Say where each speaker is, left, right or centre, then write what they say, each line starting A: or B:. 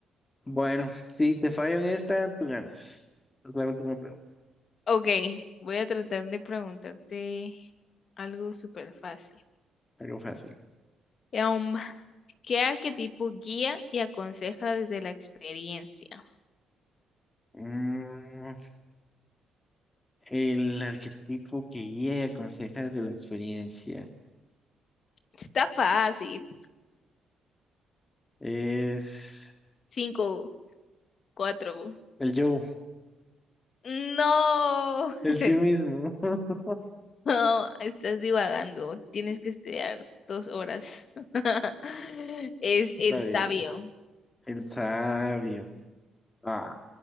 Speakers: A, on the left; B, on the left.
A: Bueno, si te fallo en esta, tú ganas. Es la última pregunta,
B: Ok, voy a tratar de preguntarte algo súper fácil.
A: algo fácil.
B: Em, ¿qué arquetipo guía y aconseja desde la experiencia?
A: Mm, el arquetipo que guía y aconseja desde la experiencia
B: Está fácil.
A: es
B: Cinco, cuatro.
A: el yo,
B: No.
A: el
B: <laughs>
A: sí mismo. <laughs>
B: No, estás divagando. Tienes que estudiar dos horas. <laughs> Es
A: Está
B: el
A: bien,
B: sabio.
A: el sabio. Ah,